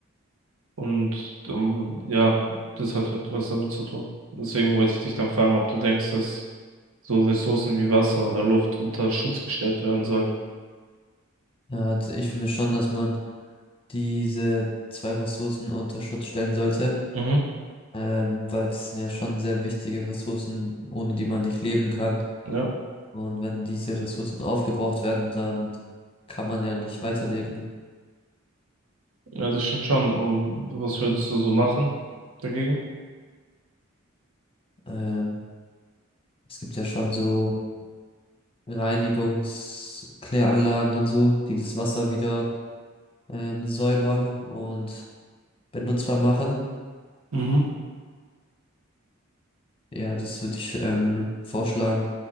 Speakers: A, on the right (about 80°); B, on the left (about 25°).
A: Und ähm, ja, das hat halt was damit zu tun. Deswegen wollte ich dich dann fragen, ob du denkst, dass so Ressourcen wie Wasser oder Luft unter Schutz gestellt werden sollen.
B: Ja, also ich finde schon, dass man diese zwei Ressourcen unter Schutz stellen sollte.
A: Mhm.
B: ähm, weil das sind ja schon sehr wichtige Ressourcen, ohne die man nicht leben kann.
A: Ja,
B: Und wenn diese Ressourcen aufgebraucht werden, dann kann man ja nicht weiterleben.
A: ja, das stimmt schon. Und was würdest du so machen dagegen?
B: Ähm, es gibt ja schon so Reinigungskläranlagen und so, die das Wasser wieder ähm, säubern und benutzbar machen.
A: Mhm.
B: Ja, das würde ich ähm, vorschlagen,